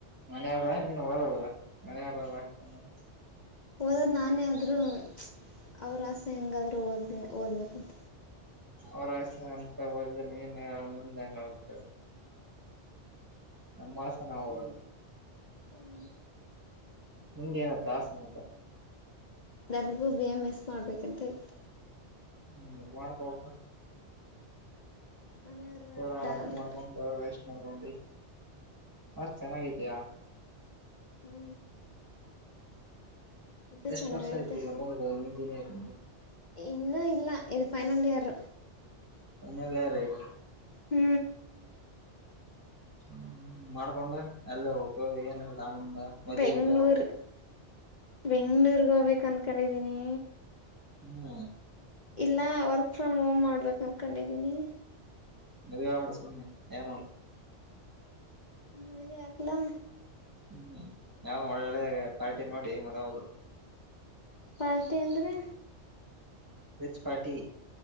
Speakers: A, on the right; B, on the left.
A: ಮನಬ ನೀನ್ ಹದಲ್ ಮನತ ಹ್ಮ್
B: ಓದೋದು ನಾನೇ ಆದರೂ ಹ್ಮ್ ಚ ಅವ್ರ ಆಸೆ ಹೆಂಗಾದರೂ ಓದಬೇಕ ಓದಬೇಕಗತ
A: ಅವರಸೆ ಅಂತ ಓದಿದರ ಏನು ಮುಂದಗ ಹೆಂಗ ಆಗತ್ತ ನಮ್ಮ ಮಾಸ ನವುದು
B: ಹ್ಮ್..
A: ನಿಂಗ ಎನ ತಾಸ ಆಗತ್ತ.
B: ನನಗು ಬಿ. ಎಂ. ಎಸ್. ಮಾಡಬೇಕಂತ ಇತ್ತು
A: ಹ್ಮ ಮಾಡ್ತಾ <inaudible>
B: ಮನೆಯವರು
A: ಅದ
B: ಅಡ್ಡ ಆದರು
A: ಮಾಡ್ಕೊಂಡು ವೇಸ್ಟ್ ಮಾಡ್ಕೊಂಡಿ ಅದ ಚೆನ್ನಾಗೈತಿಯ
B: ಹ್ಮ್ ಇದು
A: ಎಷ್ಟು
B: ಚೆನ್ನಾಗೈತೆ
A: ವರ್ಷ ಆಯತಿ ಈಗ ಮುಗದ ಇಂಜಿನಿಯರಿಂಗ್
B: ಇನ್ನೂ ಇಲ್ಲ ಇದು ಫೈನಲ್ ಇಯರ್
A: ಎಂ ಎಲ್ ಯಾರಿಗಾ
B: ಹ್ಮ
A: ಹ್ಮ್ ಮಾಡ್ಕೊಂಡ ಅಲ್ಲ ಹೋಗ ಬೇಕು ಏನ ಇಲ್ಲಾ ಮುಂದ ಮದ್ವಿ
B: ಬೆಂಗ್ಳೂರ್
A: ಗಿದ್ವಿ ಆಗ್ಬೇಕ
B: ಬೆಂಗ್ಳೂರ್ಗ ಹೋಗ್ಬೇಕ ಅನ್ಕೊಂಡಿದೀನಿ.........
A: ಹ್ಮ್
B: ಇಲ್ಲ ವರ್ಕ್ ಫ್ರಮ್ ಹೋಮ್ ಮಾಡಬೇಕು ಅಂದ್ಕೊಂಡಿದ್ದೀನಿ.
A: ಮದವೇ ಆಬಿಡ ಸುಮ್ಮನೆ ಏನ್ ಮಾಡ
B: ಮುಳಿಗೆ ಆಗಾಲಾ
A: ಹ್ಮ್ ಯಾವ ಒಳ್ಳೆ ಪಾರ್ಟಿ ನೋಡಿ ಮದುವೇ ಆಗಬಿಡು
B: ಪಾರ್ಟಿ ಅಂದರೆ....
A: ರಿಚ್ ಪಾರ್ಟಿ